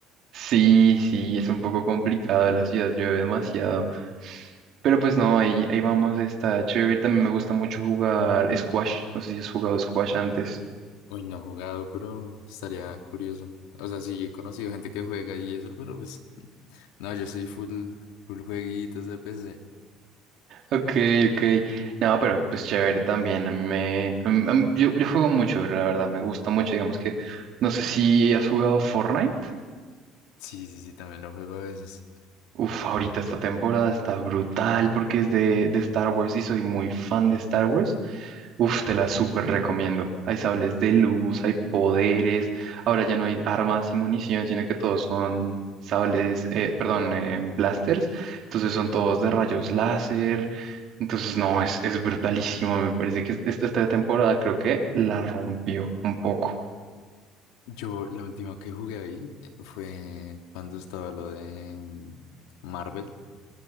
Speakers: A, on the right; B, on the left.
A: sí, sí, es un poco complicado, la ciudad llueve demasiado. Pero pues no, ahí, ahí vamos, está chévere. También me gusta mucho jugar squash, no sé si has jugado squash antes.
B: Uy, no he jugado, pero estaría curioso. O sea, sí, he conocido gente que juega y eso, pero pues no, yo soy full, full jueguitos de PC.
A: Ok, ok. No, pero pues chévere también. A mí me... a mí- a mí- yo, yo juego mucho, la verdad. Me gusta mucho. Digamos que... No sé si has jugado Fortnite.
B: Sí, sí, sí, también lo juego a veces.
A: Uf, ahorita esta temporada está brutal porque es de, de Star Wars y soy muy fan de Star Wars. Uf, te la súper recomiendo. Hay sables de luz, hay poderes. Ahora ya no hay armas y munición, sino que todos son sables, eh, perdón, eh, blasters. Entonces son todos de rayos láser. Entonces, no, es, es brutalísimo. Me parece que esta, esta temporada creo que la rompió un poco.
B: Yo, la última que jugué ahí eh, fue cuando estaba lo de mm, Marvel.